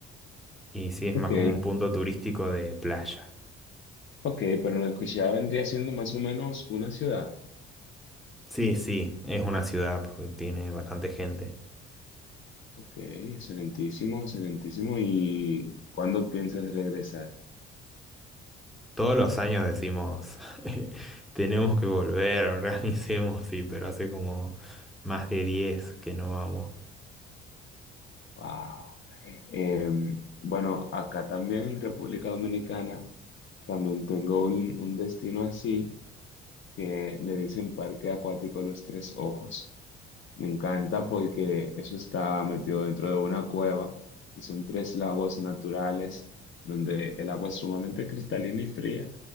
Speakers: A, in the centre; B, on the left (about 45°).
A: Y sí, es
B: Ok,
A: más como un punto turístico de playa.
B: ok, pero Necochea vendría siendo más o menos una ciudad.
A: Sí, sí, es una ciudad porque tiene bastante gente.
B: Ok, excelentísimo, excelentísimo. ¿Y cuándo piensas regresar?
A: Todos los años decimos, <laughs> tenemos que volver, <laughs> organicemos, sí, pero hace como más de 10 que no vamos.
B: Wow. Em, bueno, acá también en República Dominicana también tengo un, un destino así que le dicen Parque Acuático Los Tres Ojos. Me encanta porque eso está metido dentro de una cueva y son tres lagos naturales donde el agua es sumamente cristalina y fría,